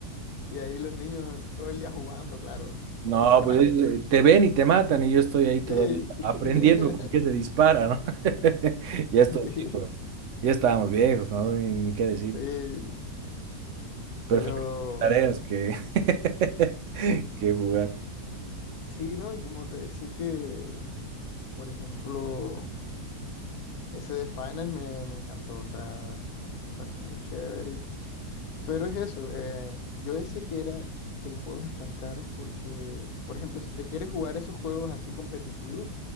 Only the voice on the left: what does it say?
y ahí los niños todo el día jugando, claro,
son unos cracks.
Sí, <laughs>
sí,
sí, pero
sí, ¿no? Y como te decía que, por ejemplo, ese de Finals me, me encantó, o sea, me pareció muy chévere. Pero es eso, eh, yo decía que era que los juegos están caros porque, por ejemplo, si te quieres jugar esos juegos así competitivos,